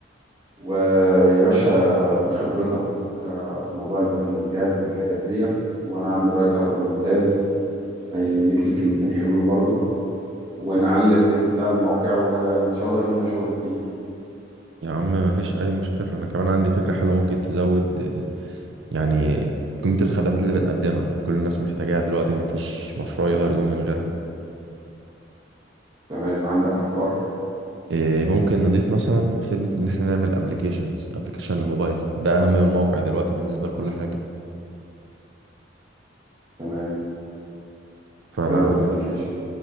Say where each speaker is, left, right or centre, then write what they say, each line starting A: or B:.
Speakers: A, on the right; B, on the right.
A: ويا باشا بخبرتك آه، في موضوع الباك لينكات والحاجات ديت وانا عندي رايتر ممتاز هيكتب كلمتين حلوين برضو ونعلي الريت بتاع الموقع وان شاء الله يجي لنا شغل كتير
B: يا عم ما فيش اي مشكلة انا كمان عندي فكرة حلوة ممكن تزود آه، يعني قيمة الخدمات اللي بنقدمها كل الناس محتاجاها دلوقتي وما فيش مشروع يقدر يقوم من غيرها
A: تمام عندك افكار
B: إيه، ممكن نضيف مثلا خدمة ان احنا نعمل ابلكيشنز ابلكيشن الموبايل ده اهم من الموقع دلوقتي بالنسبة لكل حاجة
A: تمام
B: فانا
A: حلو الابليكيشن